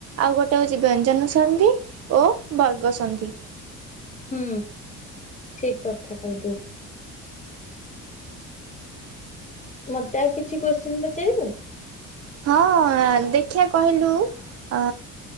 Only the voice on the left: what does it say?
ହୁଁ ଠିକ୍ କଥା କହିଲୁ। ମତେ ଆଉ କିଛି କୋଶ୍ଚିନ ପଚାରିବୁ?